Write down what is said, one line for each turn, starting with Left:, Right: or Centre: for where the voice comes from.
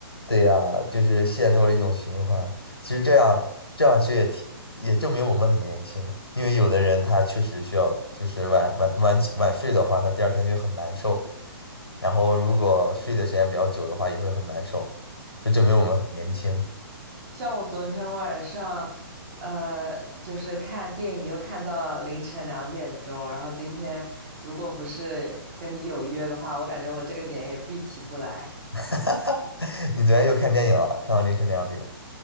Left: 对呀，就是陷入了一种循环。其实这样这样其实也挺也证明我们很年轻，因为有的人他确实需要，就是晚晚晚起晚睡的话，他第二天就会很难受，然后如果睡的时间比较久的话，也会很难受，就证明我们很年轻。
Right: 像我昨天晚上，呃，就是看电影又看到凌晨两点钟，然后今天如果不是跟你有约的话，我感觉我这个点也必起不来。
Left: <laughs> 哈哈，你昨天又看电影了，看到凌晨两点。